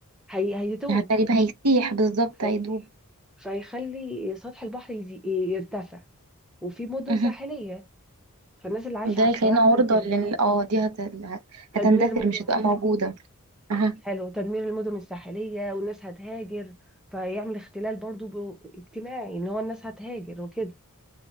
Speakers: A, in the centre; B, on the right.
A: هي هيدوب
B: تقريبا هيسيح بالظبط
A: هيسيح
B: هيدوب
A: فيخلي سطح البحر يزي... يرتفع وفي مدن
B: <laughs>
A: ساحلية فالناس اللي عايشة
B: ده
A: على
B: يخلينا
A: السواحل
B: عرضة
A: وكده
B: لل اه دي هت...
A: تدمير
B: هتندثر
A: مدن
B: مش هتبقى موجودة اها
A: حلو تدمير المدن الساحلية والناس هتهاجر فيعمل اختلال برضو ب... اجتماعي ان هو الناس هتهاجر وكده